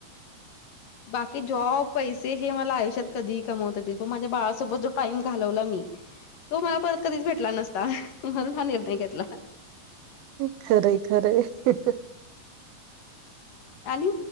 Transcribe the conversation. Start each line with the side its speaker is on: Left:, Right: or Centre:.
Left: बाकी जॉब पैसे हे मला आयुष्यात कधीही कमवता येतील पण माझ्या बाळासोबत जो टाईम घालवला मी
Right: <inaudible>
Left: तो मला परत कधीच भेटला नसता म्हणून हा निर्णय घेतला.
Right: खरं आहे, खरं आहे.
Left: आणि